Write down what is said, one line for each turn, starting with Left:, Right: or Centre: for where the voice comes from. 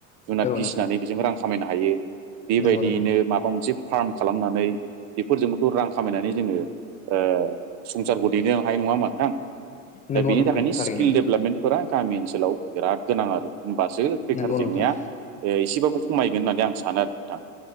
Right: जुनाद
Left: औ
Right: फिसिनानै
Left: नोंथां
Right: बेजों रां खामायनो हायो। बेबायदियैनो
Left: नंगौ नोंथां
Right: माबा मोनसे फार्म खालामनानै बेफोरजोंबोथ' रां खामायनानै जोङो ओ संसारखौ दैनो हायो नङा होनबा नोंथां? दा
Left: नंगौ
Right: बेनि
Left: नोंथां
Right: थाखायनो
Left: थारैनो
Right: स्किल डेभेलपमेन्टफोरा गामि ओनसोलाव बिराद गोनां आरो होमबासो बेखार
Left: नंगौ
Right: जेंनाया
Left: नोंथां
Right: एसेबाबो खमायगोन होननानै आं सानो आरो नोंथां